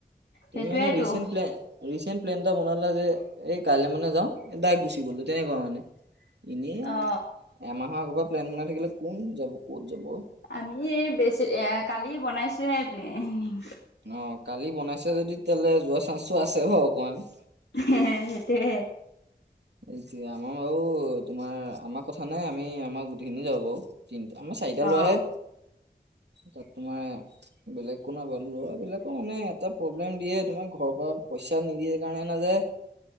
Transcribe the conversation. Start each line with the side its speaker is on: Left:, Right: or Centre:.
Right: তুমি
Left: সেইটোয়েতো
Right: মানে ৰিচেন্ট প্লেন, ৰিচেন্ট প্লেন। টা বনালা যে, এই কাইলে মানে যাও। দাইৰেক্ট গুচি গ'লো, তেনেকুৱা মানে। এনেই আৰু
Left: অ
Right: এমাহৰ আগৰ পৰা প্লেন বনাই থাকিলে, কোন যাব ক'ত যাব?
Left: আমি, বেছি এ কালি বনাইছোহে প্লেনিং।
Right: অ, কালি বনাইছে যদি, তেতিয়াহলে যোৱা চান্সটো আছে বাৰু অকমান।
Left: <unintelligible> সেইটোৱে।
Right: সেইটোৱে, আমাৰ বাৰু তোমাৰ আমাৰ কথা নাই আমি আমাৰ গোটেইখিনি যাও বাৰু। তিনিটা, আমাৰ চাৰিটা ল'ৰাহে।
Left: অ
Right: তাত তোমাৰ, বেলেগ কোনো <unintelligible> ল'ৰাবিলাকো মানে, এটা প্ৰব্লেম দিয়ে তোমাৰ ঘৰৰ পৰা পইচা। পাইচা নিদিয়ে কাৰণে নাযায়।